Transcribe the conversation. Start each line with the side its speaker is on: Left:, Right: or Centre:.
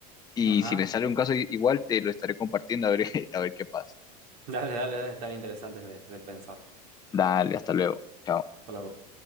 Left: y
Right: Ajá.
Left: si me sale un caso i- igual te lo estaré compartiendo a ver, <laughs> a ver qué pasa.
Right: Dale, dale, dale, están interesantes de, de pensar.
Left: Dale, hasta luego. Chao.
Right: Hasta luego.